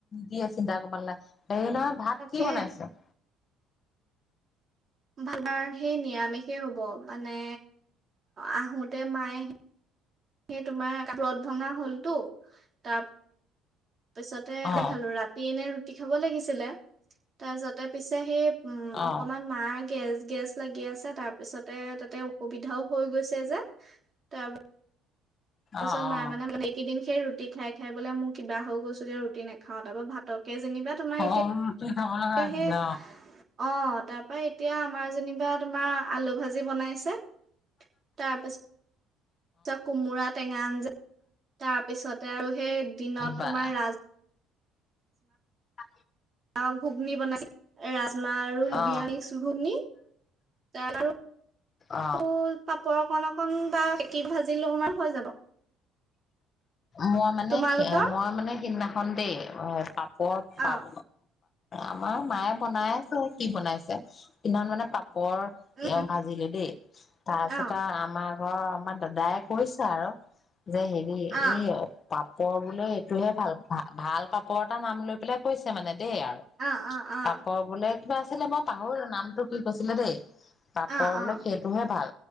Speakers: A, on the left; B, on the right.
A: দিয়ে চিন্তা কৰিব নালাগে এই নহয় ভাত
B: তাকে
A: কি বনাইছ?
B: ভাল বাৰ সেই নিৰামিষেই হ'ব মানে। আহোতে মায়ে আহি সেই তোমাৰ ব্ৰত ভঙা হলতো তাৰ। তাৰ পিছতে
A: অ
B: ৰা খালো ৰাতি এনে ৰুটি খাব লাগিছিলে। তাৰপিছতে পিছে সেই উম
A: অ
B: অকমান মাৰ গে গেছ লাগি আছে। তাৰ পিছতে তাতে অসুবিধাও হৈ গৈছে। যে তাৰ তাৰপিছ
A: অ
B: মে
A: অ
B: মানে মে কেইদিন খ ৰুি ৰুটি খাই খাই বোলে। মোৰ কিবা হৈ গৈছো। যে ৰুটি নাখাও তাৰপ ভাতকে যেনিবা তোমাৰ
A: অ
B: এতিয়া
A: ৰুটি খাব লগা আছিলে
B: সেই অ' তাৰ তাপা এতিয়া আমাৰ যেনিবা তোমাৰ আলু ভাজি বনাইছে তাৰপিছত তাৰপিছত কোমোৰা টেঙা আঞ্জা তাৰপিছতে আৰু সেই দিনত
A: অ বা
B: তোমাৰ ৰাজ
A: আ
B: আৰু ঘুগনি বনাই ৰাজমাহ আৰু
A: অ
B: বিয়া মিক্স ঘুগনি তাৰ
A: অ
B: ত পাপৰ অকণক খ বা সকী ভাজি লো মাৰ হৈ যাব।
A: মই মানে
B: তোমালোকৰ
A: মই মানে সিদিনাখন দেই পাপৰ
B: অ
A: পাপ আমাৰ মায়ে বনাই আছে কি বনাইছে কি মানে পাপ কৰ
B: উম
A: এওঁ ভাজিলো দেই তাৰপিছত
B: অ
A: আৰু আমাৰ ঘ আমাৰ দাদাই কৈছে আৰু যে হেৰি
B: অ অ
A: এই পাপ পাপৰ বোলে। এইটোহে ভাল ভ ভাল পাপৰ এটা নাম লৈ পেলাই কৈছে মানে দেই আৰু
B: অ অ অ
A: তাপৰ বোলে কিবা আছিলে। মই পাহৰিলো নামতটো কি কৈছিলে দেই। পাপৰ
B: অ
A: বোলে
B: অ
A: সেইটোহে ভাল।